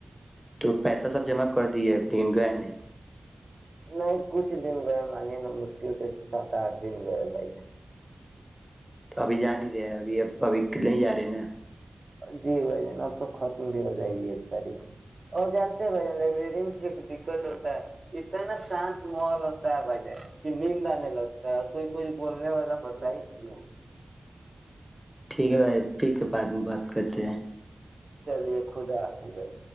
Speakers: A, in the centre; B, on the right.
A: تو پیسہ سب جمع کر دے دن گئے نہیں
B: نہیں کچھ دن گئے مانیے نا مشکل سے سات آٹھ دن گئے بھائی
A: تو ابھی جا نہیں رہے ابھی اب ابھی نہیں جا رہے ہیں نا
B: جی بھ جان اب تو ختم بھی ہو جائے گی ایک تاریخ اور جانتے ہیں بھ جن لائبریری میں دقت ہوتا ہے اتنا نا شانت ماحول ہوتا ہے بھائی جان کہ ند آنے لگتا ہے اور کوئی کوئی بولنے والا ہوتا ہی نہیں ہے
A: ٹھیک ہے بھائی ٹھیک ہے بات میں بات <unintelligible>
B: چلیے خدا آپتی بھائی